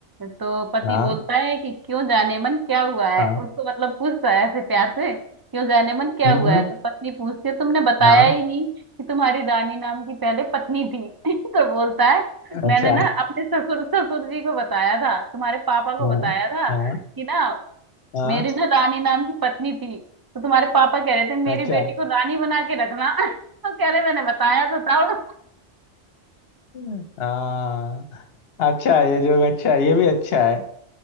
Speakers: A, on the right; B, on the left.
A: तो पति
B: हाँ
A: बोलता है कि क्यों जाने मन क्या हुआ है
B: हाँ
A: उसको मतलब पूछता है ऐसे प्यार से क्यों जाने मन क्या
B: हम्म
A: हुआ
B: हम्म,
A: है तो पत्नी पूछती है तुमने बताया
B: हाँ
A: ही नहीं कि तुम्हारी रानी नाम की पहले पत्नी थी <laughs> तो बोलता है
B: अच्छा
A: मैंने ना अपने ससुर ससुर जी को बताया था तुम्हारे पापा को
B: हाँ
A: बताया था
B: हाँ
A: कि ना
B: हाँ
A: मेरी ना रानी नाम की पत्नी थी तो तुम्हारे पापा कह रहे थे मेरी
B: अच्छा
A: बेटी को रानी बना के रखना <laughs> तो कह रहे मैंने बताया तो था <laughs>
B: हाँ अच्छा ये जोक अच्छा है ये भी अच्छा है